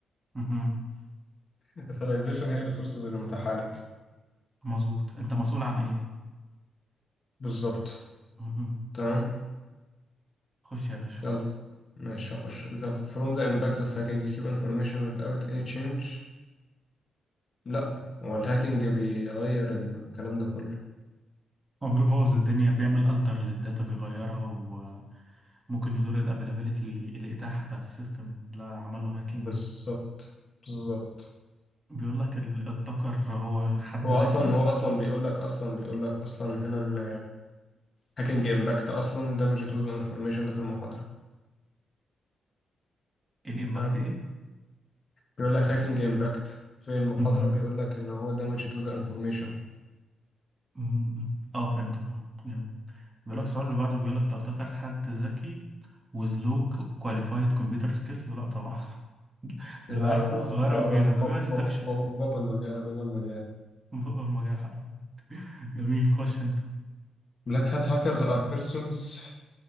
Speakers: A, on the right; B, on the left.
A: مهم.
B: <laughs> authorization هي الريسورسز اللي متاحة لك
A: مظبوط أنت مسؤول عن إيه
B: بالظبط
A: مهم.
B: تمام
A: خش يا باشا
B: يلا ماشي هخش the from the impact of hacking keep information without any change لا هو الهاكينج بيغير الكلام ده كله
A: هو بيبوظ الدنيا بيعمل alter للداتا بيغيرها وممكن يدور ال availability الإتاحة بتاعت السيستم لا عمل له هاكينج
B: بالظبط بالظبط
A: بيقول لك ال- التقر هو حد
B: هو
A: ذكي
B: اصلا هو اصلا بيقول لك اصلا بيقول لك اصلا هنا ان هاكينج امباكت اصلا damage to the information ده في المحاضرة
A: الإمباكت
B: تمام
A: إيه
B: بيقول لك هاكينج امباكت في المحاضرة
A: مهم.
B: بيقول لك ان هو damage to the information
A: مم. اه فهمتك اه جميل بيقول لك السؤال اللي بعده بيقول لك لو تكر حد ذكي with low qualified computer skills لا طبعا <laughs> ده
B: لا
A: بيعرف
B: ده
A: كله صغيرة
B: ده
A: وكبيرة
B: ده
A: ده بيقعد يستكشف
B: بابل مجال بابل مجال
A: <laughs> هو المجال حرفيا جميل خش انت
B: Black hat hackers are persons